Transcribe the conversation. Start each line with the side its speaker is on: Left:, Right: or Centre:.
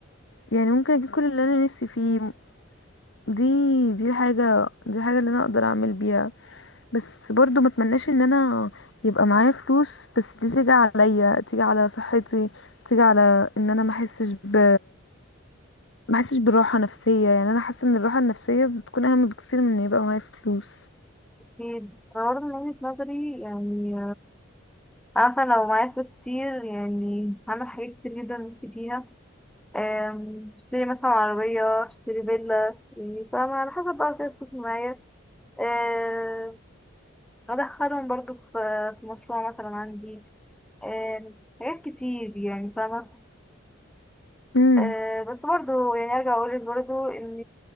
Left: يعني ممكن اجيب كل اللي انا نفسي فيه دي دي الحاجه دي الحاجه اللي انا اقدر اعمل بيها بس برضو ما اتمناش ان انا يبقى معايا فلوس بس دي تيجي عليا تيجي على صحتي تيجي على ان انا ما احسش ب ما احسش بالراحه نفسيه يعني انا حاسه ان الراحه النفسيه بتكون اهم بكثير من ان يبقى معايا فلوس
Centre: في برضه من وجهة نظري يعني أنا مثلا لو معايا فلوس كتير يعني هعمل حاجات كتير جدا نفسي فيها أم، اشتري مثلا عربية اشتري فيلا يعني فاهمة على حسب بقى كده الفلوس اللي معايا أم، أدخلهم برضو في في مشروع مثلا عندي أم، حاجات كتير يعني فاهمة
Left: امم
Centre: أه، بس برضو يعني أرجع أقولك برضو إن